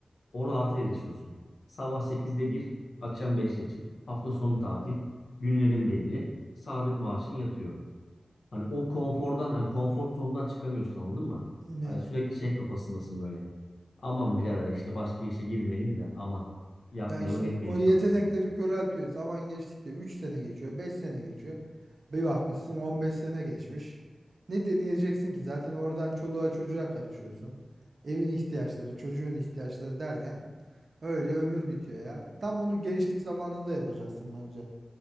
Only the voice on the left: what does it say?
O rahata erişiyorsun. Sabah sekizde gir, akşam beşte çık. Hafta sonu tatil, günlerin belli, sabit maaşın yatıyor. Hani o konfordan, hani konfor zonundan çıkamıyorsun anladın mı?
Hani sürekli şey kafasındasın böyle. Aman birader işte başka işe girmeyelim de aman yapmayalım
etmeyelim
kafasındasın.